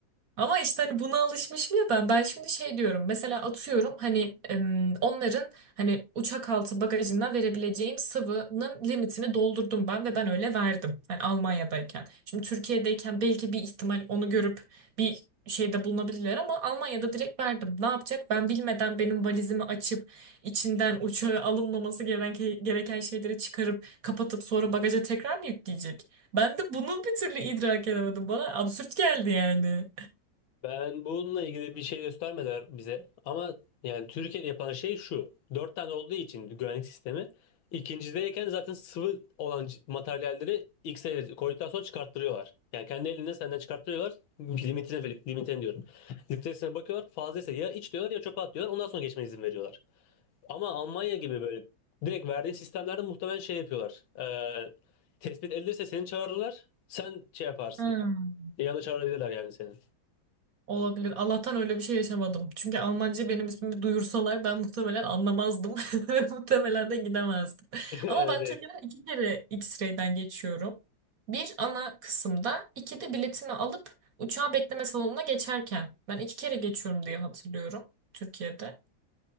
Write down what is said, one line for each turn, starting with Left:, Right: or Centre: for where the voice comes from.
Right: Ama işte hani buna alışmışım ya ben. Ben şimdi şey diyorum. Mesela atıyorum hani em, onların hani uçak altı bagajından verebileceğim sıvının limitini doldurdum ben ve ben öyle verdim. Hani Almanya'dayken. Şimdi Türkiye'deyken belki bir ihtimal onu görüp bir şeyde bulunabilirler ama Almanya'da direkt verdim. Ne yapacak? Ben bilmeden benim valizimi açıp içinden uçağa alınmaması gereken, gereken şeyleri çıkarıp kapatıp sonra bagaja tekrar mı yükleyecek? Ben de bunu bir türlü idrak edemedim. Bana absürt geldi yani.
Left: Ben bununla ilgili bir şey göstermediler bize. Ama yani Türkiye'de yapılan şey şu. Dört tane olduğu için güvenlik sistemi. İkincideyken zaten sıvı olan c- materyalleri ilk sefere koyduktan sonra çıkarttırıyorlar. Yani kendi elinde senden çıkarttırıyorlar. Limitine, limitine diyorum. Litresine bakıyorlar. Fazlaysa ya iç diyorlar ya çöpe at diyorlar. Ondan sonra geçmene izin veriyorlar. Ama Almanya gibi böyle direkt verdiğin sistemlerde muhtemelen şey yapıyorlar. Ee, tespit edilirse seni çağırırlar. Sen şey yaparsın.
Right: Hmm.
Left: Yanına çağırabilirler yani seni.
Right: Olabilir. Allah'tan öyle bir şey yaşamadım. Çünkü Almanca benim ismimi duyursalar ben muhtemelen anlamazdım. <laughs> Ve Muhtemelen de gidemezdim.
Left: <laughs> Evet
Right: Ama ben
Left: evet.
Right: Türkiye'den iki kere X-ray'den geçiyorum. Bir ana kısımda, iki de biletimi alıp uçağa bekleme salonuna geçerken. Ben iki kere geçiyorum diye hatırlıyorum Türkiye'de.